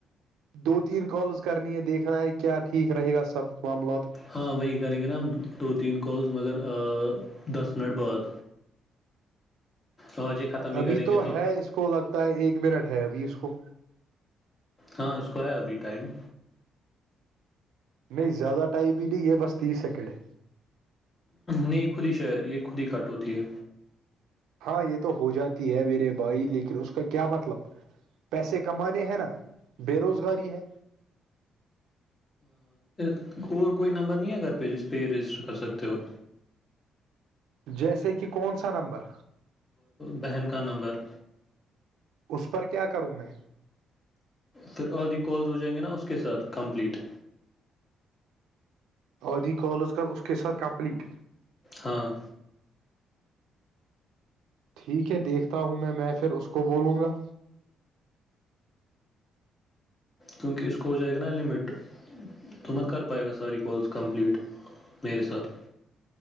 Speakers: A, on the right; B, on the left.
A: دو تین کالز کرنی ہے دیکھنا ہے کیا ٹھیک رہے گا سب معاملات
B: ہاں وہی کریں گے نا ہم دو تین کالس مگر دس منٹ بعد آج یہ ختم ہی
A: ابھی
B: کریں
A: تو
B: گے
A: ہے اس کو لگتا ہے ایک بیرٹھ ہے ابھی اس کو
B: ہاں اس کو ہے ابھی ٹائم
A: نہیں زیادہ ٹائم بھی نہیں یہ بس تیس سیکنڈ ہے
B: نہیں خود ہی شار یہ خود ہی کٹ ہوتی ہے
A: ہاں یہ تو ہو جاتی ہے میرے بھائی لیکن اس کا کیا مطلب پیسے کمانے ہے نا بے روزگاری ہے
B: اور کوئی نمبر نہیں ہے گھر پہ جس پہ رجسٹر کر سکتے ہو
A: جیسے کہ کون سا نمبر
B: بہن کا نمبر
A: اس پر کیا کروں میں
B: پھر آدھی کالز ہو جائیں گے نا اس کے ساتھ کمپلیٹ
A: آدھی کالز کر اس کے ساتھ کمپلیٹ
B: ہاں
A: ٹھیک ہے دیکھتا ہوں میں میں پھر اس کو بولوں گا
B: کیونکہ اس کو ہو جائے گا نا لمٹ تو مت کر پائے گا سر یہ کورس کمپلٹ میرے ساتھ